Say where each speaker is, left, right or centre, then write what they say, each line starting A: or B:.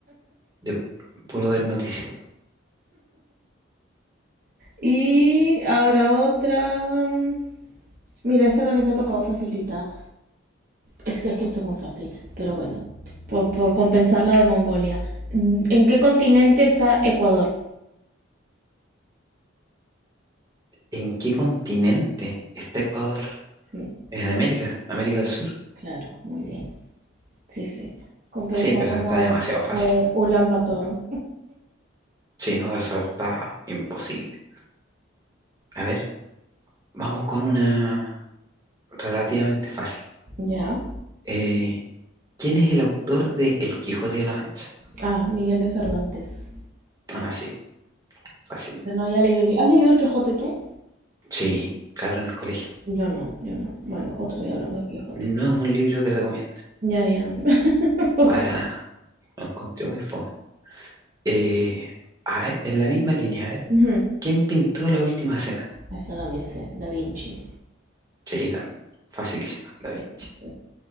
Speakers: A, on the right; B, on the right.
A: de puro ver noticias.
B: Y ahora otra. mm, Mira, esta también te ha tocado facilita. Es que, es que esta es muy fácil, pero bueno, por, por compensar la de Mongolia. Mm, ¿En qué continente está Ecuador?
A: ¿En qué continente está Ecuador?
B: Sí,
A: ¿En América? ¿América del Sur?
B: claro, muy bien. Sí, sí. Compensamos
A: Sí, pues esa está
B: la
A: demasiado
B: de,
A: fácil.
B: la de Ulan Bator.
A: Sí, no, eso está imposible. A ver, vamos con una relativamente fácil.
B: Ya.
A: Eh, ¿quién es el autor de El Quijote de la Mancha?
B: Ah, Miguel de Cervantes.
A: Ah, sí, fácil.
B: Yo no, ya leí. ¿Has leído El Quijote tú?
A: Sí, claro, en el colegio.
B: Yo no, yo no. Bueno, otro día hablamos del Quijote.
A: No es un libro que recomiendo,
B: Ya, ya. <laughs> Pobre.
A: para nada. Lo encontré muy fome. Eh, a ver, en la misma línea, a ver,
B: Ujú.
A: ¿quién pintó la última cena?
B: Esa también sé, Da Vinci.
A: Sí, también. Facilísima, Da Vinci.
B: Sí, sí, sí.